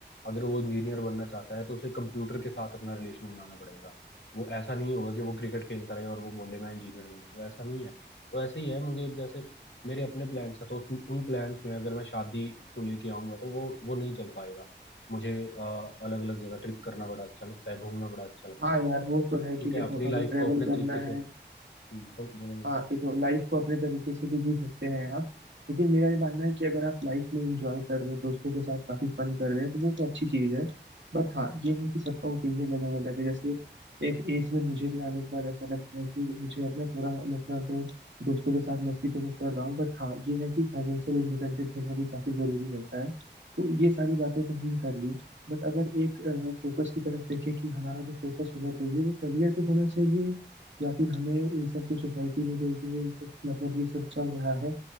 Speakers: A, on the left (about 80°); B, on the right (about 80°).
A: अगर वो इंजीनियर बनना चाहता है तो उसे कंप्यूटर के साथ अपना रिलेशन बनाना पड़ेगा वो ऐसा नहीं होगा कि वो क्रिकेट खेलता रहे और वो बोले मैं इंजीनियर बनूंगा ऐसा नहीं है तो ऐसे ही है मुझे जैसे मेरे अपने प्लान्स हैं तो उस उन प्लान्स में अगर मैं शादी को लेके आऊंगा तो वो वो नहीं चल पाएगा मुझे अलग अलग जगह ट्रिप करना बड़ा अच्छा लगता है घूमना बड़ा अच्छा लगता
B: हाँ
A: है
B: यार वो तो है
A: ठीक
B: कि देखो
A: है अपनी लाइफ
B: अगर ट्रेवल
A: को अपने
B: करना
A: तरीके से
B: है
A: हम्म बोल- बोलूंगा
B: हाँ देखो लाइफ को अपने तरीके से भी जी सकते हैं आप लेकिन मेरा ये मानना है कि अगर आप लाइफ में इंजॉय कर रहे हैं दोस्तों के साथ काफी फन कर रहे हैं तो वो तो अच्छी चीज है बट हाँ ये है कि सबका ओपिनियन अलग अलग है जैसे एक एज में मुझे भी आने के बाद ऐसा लगता है कि मुझे अपना थोड़ा मतलब दोस्तों के साथ मस्ती तो मैं कर रहा हूँ बट हाँ ये है कि फाइनेंशियल इंडिपेंडेंट होना भी काफी जरूरी रहता है तो ये सारी बातें तो हमने कर ली बट अगर एक फोकस की तरफ देखें कि हमारा जो फोकस होना चाहिए वो करियर पे होना चाहिए या फिर हमें ये सब जो सोसाइटी में जो ये मतलब ये सब चल रहा है